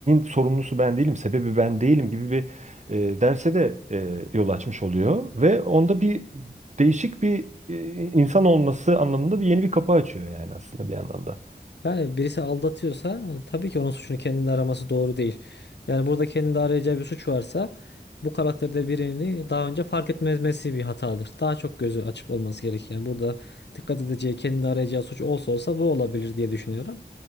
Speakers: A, on the right (about 45°); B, on the left (about 85°).
A: sorumlusu ben değilim, sebebi ben değilim gibi bir e, derse de e, yol açmış oluyor. Ve onda bir değişik bir e, insan olması anlamında bir yeni bir kapı açıyor yani aslında bir anlamda.
B: Yani birisi aldatıyorsa e, tabii ki onun suçunu kendinde araması doğru değil. Yani burada kendinde arayacağı bir suç varsa bu karakterde birini daha önce fark etmemesi bir hatadır. Daha çok gözü açık olması gerek. Yani burada dikkat edeceği kendinde arayacağı suç olsa olsa bu olabilir diye düşünüyorum.